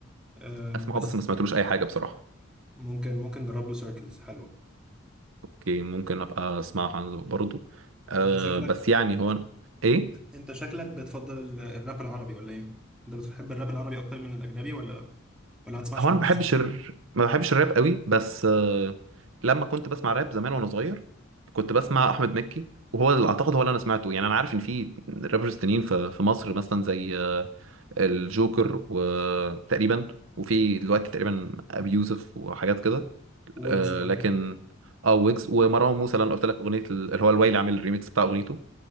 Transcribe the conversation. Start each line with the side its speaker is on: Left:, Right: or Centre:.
Centre: أم،
Right: اسمعه
Centre: بس
Right: بس ما سمعتلوش اي حاجه بصراحه
Centre: ممكن ممكن جرب له سيركلز حلوه
Right: اوكي ممكن ابقى اسمعها برضو آه
Centre: انت شكلك
Right: بس يعني هو ايه
Centre: انت شكلك بتفضل ال- الراب العربي ولا ايه انت بتحب الراب العربي اكتر من الاجنبي ولا ولا ما تسمعش
Right: هو
Centre: راب
Right: انا ما بحبش
Centre: اصلا
Right: الر... ما بحبش الراب قوي بس آه، لما كنت بسمع راب زمان وانا صغير كنت بسمع احمد مكي وهو اللي اعتقد هو اللي انا سمعته يعني انا عارف ان في رابرز تانيين في في مصر مثلا زي آه، الجوكر وتقريبا وفي دلوقتي تقريبا ابي يوسف وحاجات كده
Centre: ويجز
Right: آه،
Centre: اه
Right: لكن اه ويجز ومروان موسى اللي انا قلت لك اغنيه ال- اللي هو الويلي عامل الريميكس بتاع اغنيته